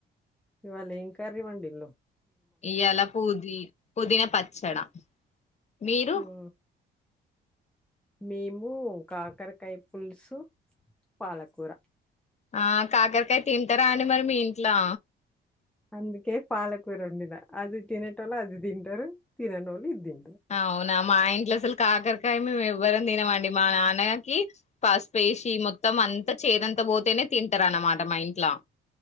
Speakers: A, in the centre; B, on the left.
A: ఇవాళ ఏం కర్రీ వండిళ్లు
B: ఇయ్యాల పుది పుదీనా పచ్చడా మీరు
A: హ్మ్. మేము కాకరకాయ పులుసు పాలకూర
B: ఆ కాకరకాయ తింటారా అండి మరి మీ ఇంట్లో
A: అందుకే పాలకూర వండిన అది తినేటోళ్ళు అది తింటారు తిననోళ్ళు ఇది తిం
B: అవునా మా ఇంట్లో అసలు కాకరకాయ మేము ఎవ్వరం తినమండి మా నాన్నకి పసుపేసి మొత్తం అంతా చేదంత పోతేనే తింటారు అన్నమాట మా ఇంట్లో